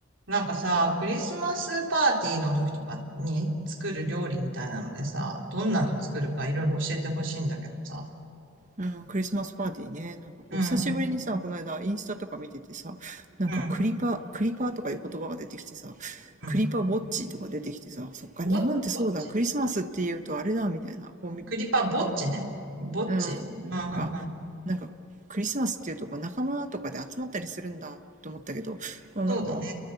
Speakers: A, on the right (about 65°); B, on the right (about 35°).
A: なんかさ、クリスマスパーティーの時とかに作る料理みたいなのでさ、どんなの作るかいろいろ教えてほしいんだけどさ。
B: うん、クリスマスパーティーね。なんかこう、
A: うん、
B: 久しぶりにさ、
A: う
B: この間インスタとか見ててさ、なんかクリパー、
A: ん、
B: クリパーとかいう言葉が出てきてさ、
A: うん。
B: クリパーウォッチとか出てきてさ、そっか、
A: ぼ、
B: 日本ってそうだ、
A: ぼっち
B: クリスマスって言うとあれだ、みたいな。こうみ、
A: クリパぼっちね。ぼっちうん、
B: うん、なんか、
A: うん、うん。
B: なんか、クリスマスっていうとこう仲間とかで集まったりするんだと思ったけど、なんか、
A: そうだね。